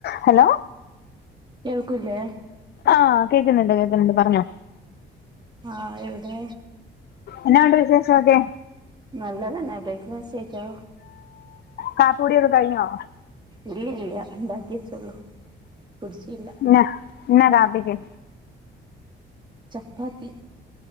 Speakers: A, on the left; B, on the right.
A: ഹലോ
B: കേൾക്കൂലെ
A: ആഹ് കേൾക്കുന്നുണ്ട് കേൾക്കുന്നുണ്ട് പറഞ്ഞോ
B: ആഹ് എവിടെ
A: എന്നാ ഉണ്ട് വിശേഷം ഒക്കെ
B: നല്ലതന്നെ ബ്രേക്ക്ഫാസ്റ്റ് കഴിച്ചോ
A: കാപ്പികുടി ഒക്കെ കഴിഞ്ഞോ
B: ഇല്ല ഇല്ലയ ഉണ്ടാക്കി വെച്ചോള്ളു കുടിച്ചില്ല
A: ന്ന എന്താ രാത്രിക്ക്
B: ചപ്പാത്തി